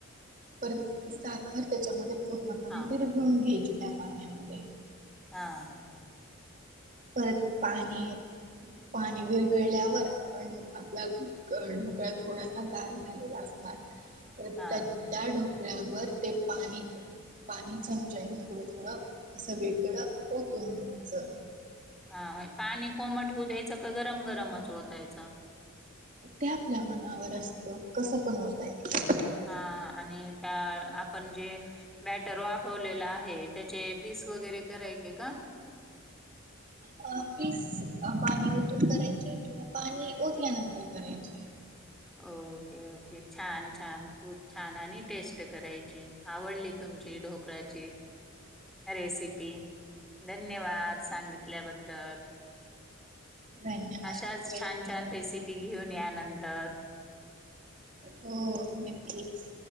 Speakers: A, on the right; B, in the centre.
A: परत ती साखर त्याच्यामध्ये पूर्णपणे
B: हा
A: विघळून घ्यायची त्या पाण्यामध्ये
B: आ
A: परत पाणी- पाणी विरघळल्यावर आपण आपला ढोकळा थोडासा गार- झालेला असणार
B: हा
A: त्या
B: हा
A: ढोकळयावर ते पाणी- पाणी चमच्याने थोडं थोडं सगळीकडं ओतून द्यायचं.
B: हा पाणी कोमट होऊ द्यायचं का गरम गरम ओतायच?
A: ते आपल्या मनावर असतं कसं पण ओतायच.
B: हा आणि- त्या आपण जे- बॅटर वापवलेला आहे त्याचे पीस वगैरे करायचे का?
A: अ पीस पाणी ओतून करायचे किंवा पाणी ओतल्यानंतर करायचे.
B: ओके ओके छान छान खूप छान आणि टेस्ट करायची आवडली- तुमची ढोकळ्याची रेसिपी. धन्यवाद सांगितल्याबद्दल.
A: धन्यवाद
B: अशाच
A: वेलकम.
B: छान छान रेसिपी घेऊन या नंतर.
A: हो नक्कीच.